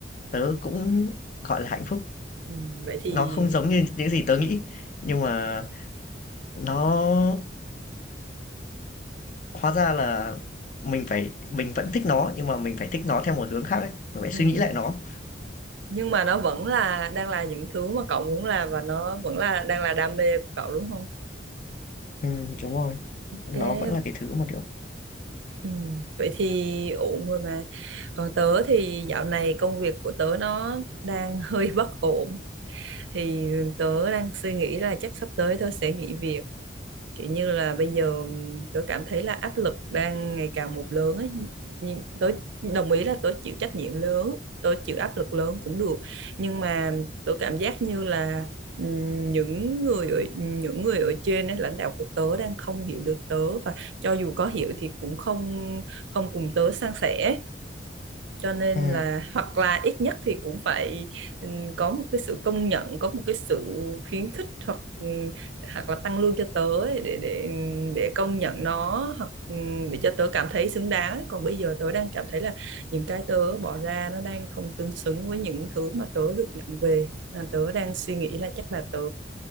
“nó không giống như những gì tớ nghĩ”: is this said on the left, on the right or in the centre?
Left